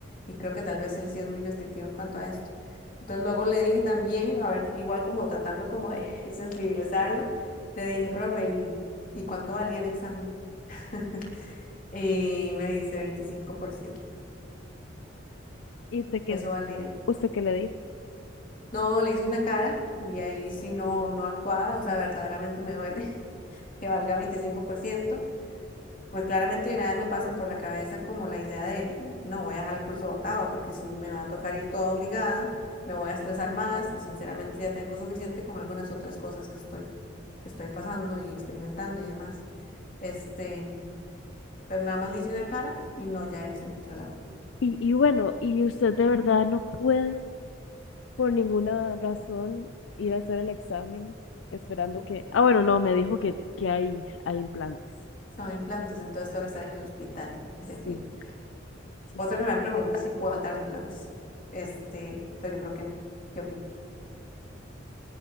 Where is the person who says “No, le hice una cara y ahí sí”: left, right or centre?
Left